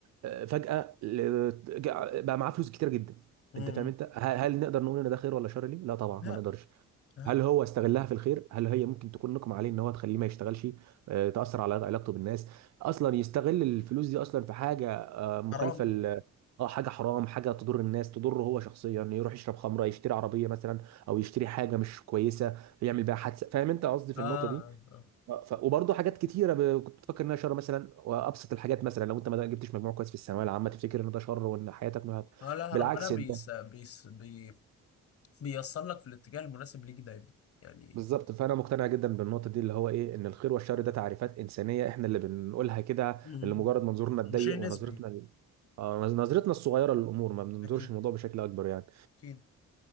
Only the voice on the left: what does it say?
مم.
لا
لا
حرام
اه
اه
آه، لا
ربنا بيس
بيس بي بيوصل لك في الاتجاه المناسب ليك دايما يعني
مم.
وشيء
نسبي
اكيد
اكيد